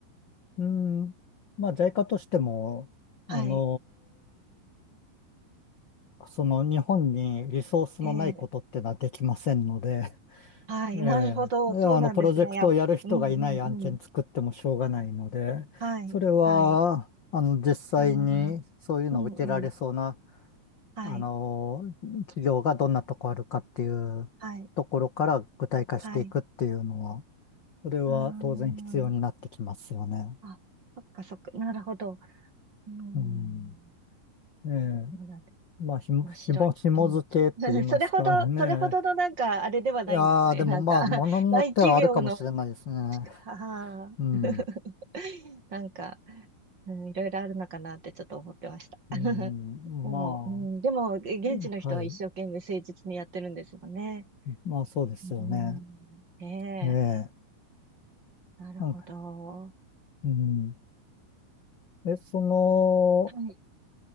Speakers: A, on the left; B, on the right.
A: うん、まあ、在家としても、あの
B: はい、
A: その日本にリソースのないことってのはできませんので、
B: ええ
A: <laughs>
B: はい、
A: ええ、
B: なるほど、
A: あの、
B: そうなんですね。
A: プロジェクトをやる人がいない案件作ってもしょうがないので、
B: やっ、うん、うん、うん。はい、
A: それは、
B: はい、
A: あの、実際にそういうのを受けられそうな、
B: ああうん、うん、はい、
A: あの、企業がどんなとこあるかっていうところから具体化していくっていうのは、
B: はい、はい、
A: それは当然必要になってきますよね。
B: あーあ、そっかそっか。なるほど。うん。
A: うん。ええ、
B: そうなんだ。
A: まあ、ひも、
B: 面白い。
A: ひも、紐付けと言いますかね。
B: うん。<laughs> それほど、それほどのなんか、あれではないんですね。
A: いやー、でもまあ、
B: なんか、<laughs>
A: ものによってはあるかもしれないですね。
B: 大企業の、はは
A: うん。
B: <laughs> なんか、うん、いろいろあるのかなってちょっと思ってました。<laughs>
A: うん、
B: でも、
A: まあ、
B: うん、でも、現地の人は一生懸命誠実にやってるんですもんね。
A: はい。まあ、そうですよね。
B: うん、ね
A: ええ。
B: え、なるほど。
A: なんか、うん。え、その、
B: はい。